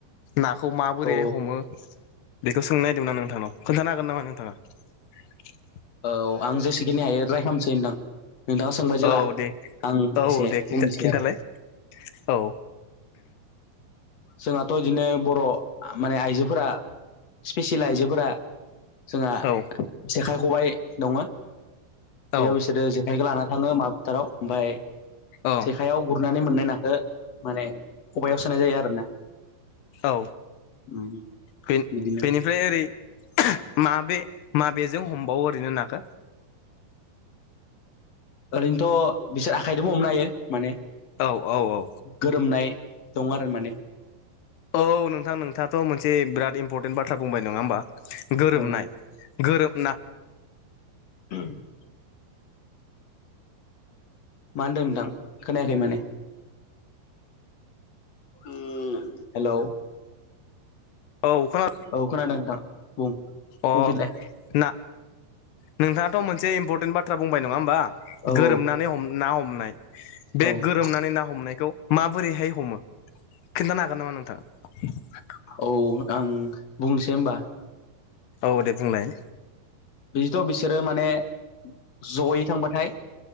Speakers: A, on the left (about 75°); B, on the left (about 45°).
A: नाखौ माबोरै
B: औ
A: हमो बेखौ सोंनो नागिरदोंमोन ना नोंथांनाव खोन्थानो हागोन नामा नोंथ कथा <unintelligible>
B: औ आं जेसेखिनि हायो राय खालामसै होनदां नोंथाङा सोंबाय जेला
A: औ दे
B: आं
A: औ
B: एसे
A: दे
B: बुंनोसै
A: खिन्थालाय
B: आरो।
A: औ
B: जोंहाथ' बिदिनो बर' माने आइजोफोरा स्पेसियेल आइजोफोरा जोंहा
A: औ
B: जेखाइ खबाय दङ बेयाव
A: औ
B: बिसोरो जेखाइखौ लाना थाङो माबा फोथाराव ओमफ्राय
A: औ
B: जेखायाव गुरनानै मोननाय नाखौ माने खबायाव सोनाय जायो आरोना
A: औ
B: उम
A: बेनिफ्राय
B: बिदिनो
A: ओरै माबे माबेजों हमबावो ओरैनो नाखौ
B: ओरैनोथ' बिसोर आखाइजोंबो हमनो हायो। माने
A: औ औ औ
B: गोरोमनाय दं आरो माने
A: औ नोंथां नोंथाङाथ' मोनसे बिराद इम्परटेन्ट बाथ्रा बुंबाय नङा होनबा गोरोबनाय
B: उम
A: गोरोबना
B: <inaudible> मा होनदों नोंथां खोनायाखै माने उम हेलौ
A: औ खोना
B: औ खोनादों नोंथां बुं
A: अ
B: बुंफिनलाय
A: ना नोंथाङाथ' मोनसे इम्पर बाथ्रा बुंबाय नङा होमबा
B: औ
A: गोरोमनानै ना हमनाय बे
B: औ
A: गोरोमनानै ना हमनायखौ माबोरैहाय हमो खिन्थानो हागोन नामा नोंथाङा
B: औ आं बुंनोसै होनबा
A: औ दे बुंलाय
B: बिदिथ' बिसोरो माने जयै थांबाथाय